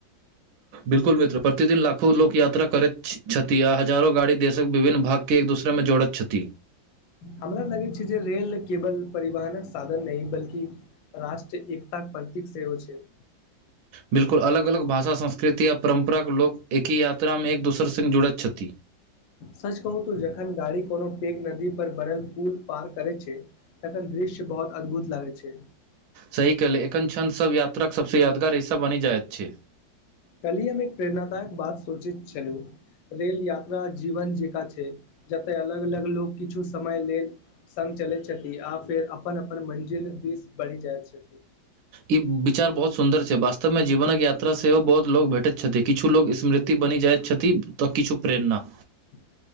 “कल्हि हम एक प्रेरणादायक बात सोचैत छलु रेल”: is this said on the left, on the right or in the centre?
Left